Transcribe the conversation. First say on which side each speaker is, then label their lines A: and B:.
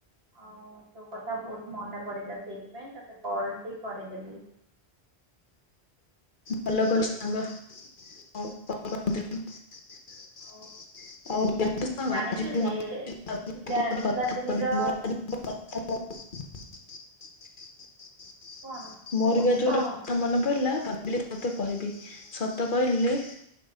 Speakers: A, on the right (about 65°); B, on the left (about 55°).
A: ଆଉ ତୋ କଥା ବହୁତ ମନେ ପଡିଲା ସେଇଥିପାଇଁ ତତେ କଲଟି କରିଦେଲି।
B: ଭଲ
A: ବୁଝିଲୁ।
B: କଲୁ ସାଙ୍ଗ ଆଉ କଣ? କହୁଥିଲି <unintelligible> <inaudible> <inaudible> ମୋର
A: ଆଉ ଜାଣିଛୁ ସେ ପିଲା ପିଲାଦିନିର କଣ କହୁନୁ
B: ବି ଆଜି ଗୋଟେ
A: କହ
B: କଥା ମନେ ପଡିଲା
A: ନା ମୁଁ
B: ଭାବ ସତ କହିବି ସତ କହିଲେ